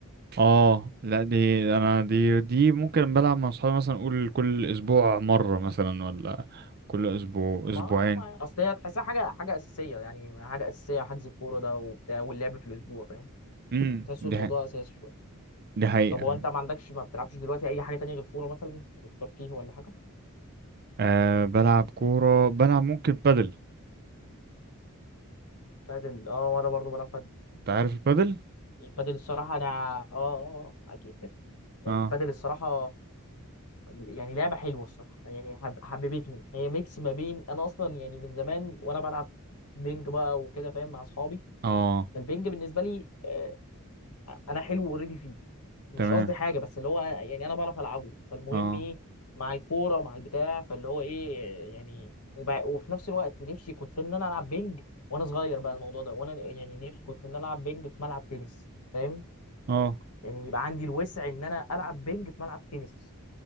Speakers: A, on the right; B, on the left.
A: اه لا دي انا دي دي ممكن بلعب مع اصحابي مثلا اقول كل اسبوع مرة مثلا ولا كل اسبوع
B: ما,
A: اسبوعين
B: ما اصل هي تحسها حاجه حاجه اساسيه يعني حاجه اساسيه حجز الكوره ده وبتاع واللعب في الاسبوع فاهم
A: امم
B: تحسوا
A: دي
B: الموضوع
A: حقيقة.
B: اساسي شويه
A: دي حقيقة
B: طب
A: يعني.
B: هو انت ما عندكش ما بتلعبش دلوقتي اي حاجه تانية غير الكوره مثلا الترفيه ولا حاجه
A: آه بلعب كورة بلعب ممكن بادل
B: بتاعت ال- اه وانا برضه بلعب
A: انت عارف البادل
B: البادل الصراحة أنا آه آه آه، أكيد
A: اه
B: البادل الصراحة يعني لعبة حلوة الصراحة يعني حب... حببتني هي ميكس ما بين أنا أصلا يعني من زمان وأنا بلعب بينج بقى وكده فاهم مع أصحابي
A: اه
B: فالبينج بالنسبة لي آه، أنا حلو أوريدي فيه مش
A: تمام
B: قصدي حاجة بس اللي هو يعني أنا بعرف ألعبه فالمهم
A: اه
B: إيه مع الكورة مع البتاع فاللي هو إيه يعني وب... وفي نفس الوقت نفسي كنت إن أنا ألعب بينج وأنا صغير بقى الموضوع ده وأنا يعني نفسي كنت إن أنا ألعب بينج في ملعب تنس فاهم
A: اه
B: يعني يبقى عندي الوسع ان انا العب بينج في ملعب تنس